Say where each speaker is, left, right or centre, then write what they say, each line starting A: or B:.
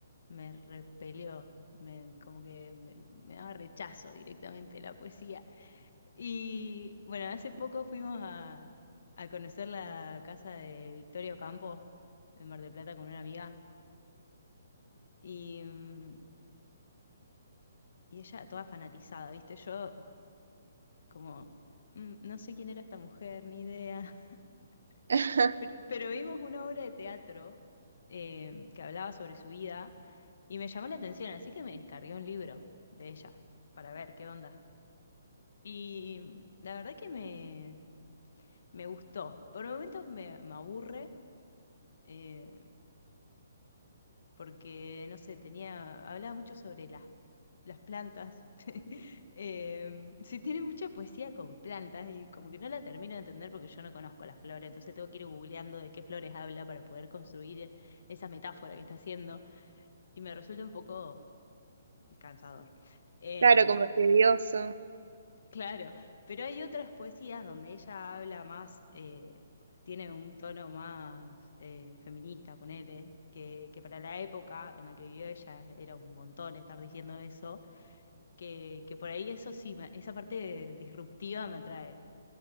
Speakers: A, on the left; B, on the right.
A: me repelió, me, como que me me daba rechazo directamente la poesía. Y bueno, hace poco fuimos a, a conocer la casa de Victoria Ocampo en Mar del Plata con una amiga y, mm, y ella toda fanatizada, ¿viste? Yo como, mm, no sé quién era esta mujer, ni idea,
B: <laughs>
A: <laughs> pero, pero vimos una obra de teatro eh, que hablaba sobre su vida y me llamó la atención, así que me descargué un libro de ella para ver qué onda. Y mm, la verdad que me, me gustó. Por momentos me me aburre. eh, porque, no sé, tenía, hablaba mucho sobre las, las plantas. <laughs> Eh, sí, tiene mucha poesía con plantas y como que no la termino de entender porque yo no conozco las flores, entonces tengo que ir googleando de qué flores habla para poder construir esa metáfora que está haciendo y me resulta un poco cansador. Eh,
B: Claro, como tedioso.
A: Claro, pero hay otras poesías donde ella habla más, eh, tiene un tono más eh, feminista, ponele, que, que para la época en la que vivió ella era un montón estar diciendo eso, que, que por ahí eso sí, me- esa parte disruptiva me atrae,